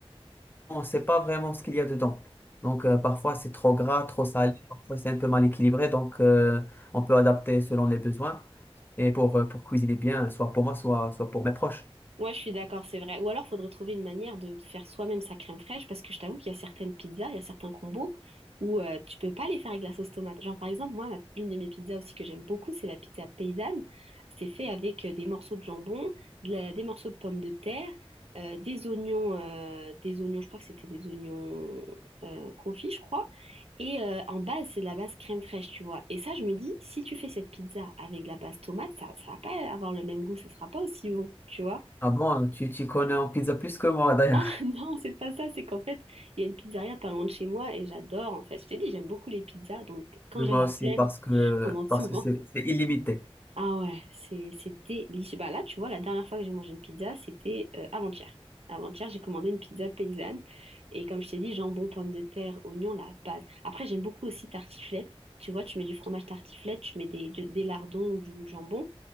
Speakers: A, on the left; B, on the right.
A: on ne sait pas vraiment ce qu'il y a dedans. Donc euh, parfois c'est trop gras, trop salé, parfois c'est un peu mal équilibré, donc euh, on peut adapter selon les besoins et pour, euh, pour cuisiner bien, soit pour moi, soit, soit pour mes proches.
B: Ouais, je suis d'accord, c'est vrai. Ou alors, faudrait trouver une manière de faire soi-même sa crème fraîche, parce que je t'avoue qu'il y a certaines pizzas, il y a certains combos où euh, tu peux pas les faire avec la sauce tomate. Genre, par exemple, moi, ma- une de mes pizzas aussi que j'aime beaucoup, c'est la pizza paysanne. C'est fait avec euh, des morceaux de jambon, de la- des morceaux de pommes de terre, euh, des oignons, euh, des oignons, je crois que c'était des oignons euh, confits, je crois. Et euh, en base, c'est de la base crème fraîche, tu vois. Et ça, je me dis, si tu fais cette pizza avec de la base tomate, ça, ça va pas avoir le même goût, ça sera pas aussi bon, tu vois.
A: Ah bon, tu, tu connais en pizza plus que moi d'ailleurs,
B: Ah <laughs> non, c'est pas ça, c'est qu'en fait, il y a une pizzeria pas loin de chez moi et j'adore en fait. Je t'ai dit, j'aime beaucoup les pizzas, donc
A: <laughs>
B: quand
A: mais
B: j'ai
A: moi
B: la
A: aussi
B: flemme,
A: parce que
B: je commande
A: parce
B: souvent.
A: que c'est c'est illimité.
B: Ah ouais, c'est c'est délicieux. Bah là, tu vois, la dernière fois que j'ai mangé une pizza, c'était euh, avant-hier. Avant-hier, j'ai commandé une pizza paysanne et comme je t'ai dit, jambon, pommes de terre, oignons, la base. Après, j'aime beaucoup aussi tartiflette. Tu vois, tu mets du fromage tartiflette, tu mets des, du- des lardons ou du jambon